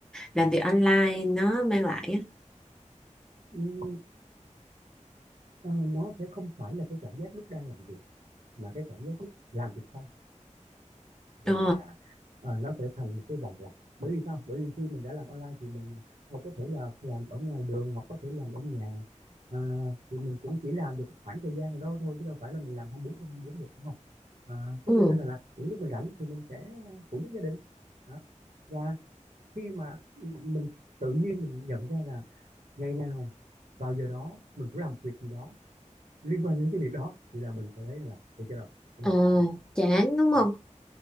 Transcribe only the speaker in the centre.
làm việc online nó mang lại á.
Ờ,
ừ,
ờ,
chán đúng
không?